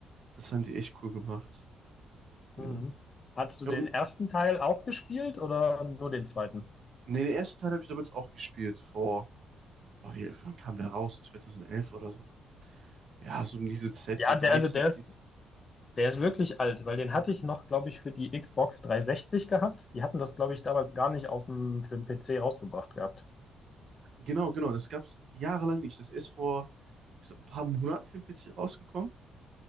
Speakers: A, on the right; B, on the left.
A: das haben die echt cool gemacht. Ja.
B: hm. Hast du
A: Ja,
B: den
A: Und
B: ersten Teil auch gespielt oder nur den zweiten?
A: nee, den ersten Teil habe ich damals auch gespielt, vor, boah, wie, wann kam der raus? 2011 oder so. Ja, so um diese Zeit,
B: Ja,
A: so 13
B: der, also der ist,
A: 14.
B: der ist wirklich alt, weil den hatte ich noch, glaube ich, für die Xbox 360 gehabt. Die hatten das, glaube ich, damals gar nicht auf dem, für den PC rausgebracht gehabt.
A: Genau, genau, das gab es jahrelang nicht. Das ist vor, ich glaub, ein paar Monaten für den PC rausgekommen.